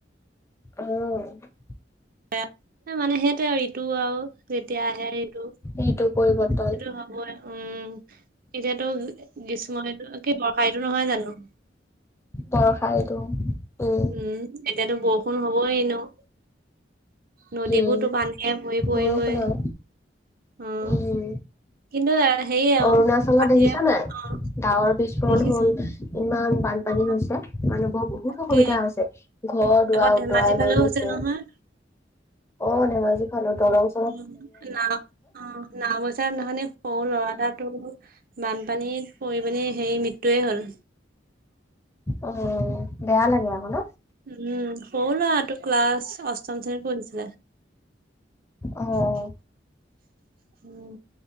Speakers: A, on the left; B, on the right.
A: অ'।
B: <unintelligible> মানে সেইটোৱে ইটো আৰু যেতিয়া আহে ইটো।
A: এইটো পৰিৱৰ্তন।
B: সেইটো হ'বই উম, এতিয়াতো গ্ৰীষ্ম ঋতু কি বৰ্ষা ঋতু নহয় জানো।
A: বৰ্ষা ঋতু উম,
B: উম, এতিয়াতো বৰষুণ হ'বই ন। নদীবোৰতো
A: উম
B: পানী ভৰি পৰিবই
A: বৰষুণ আৰু
B: অ'।
A: উম,
B: কিন্তু হেৰি আৰু
A: অৰুণাচলত
B: <unintelligible>
A: দেখিছা নাই?
B: অ'।
A: ডাৱৰ বিস্ফোৰণ
B: দেখিছো
A: হ'ল ইমান বানপানী
B: অ'
A: হৈছে মানুহবৰ বহুত
B: তাকে
A: অসুবিধা হৈছে। ঘৰ দুৱাৰ
B: আগত ধেমাজি
A: উটুৱাই
B: ফালেও
A: লৈ গৈছে।
B: হৈছে নহয়।
A: অ, ধেমাজি ফালৰ দলং
B: অ, নাও অ, নাও বইচা <unintelligible> সৰু ল'ৰা তাত বানপানীত পৰি পিনি হেৰি মৃত্যুয়ে হ'ল।
A: অ, বেয়া লাগে আকৌ ন।
B: উম, সৰু ল'ৰাটো ক্লাছ অষ্টম শ্ৰেণীত পঢ়িছিলে।
A: অ',
B: উম,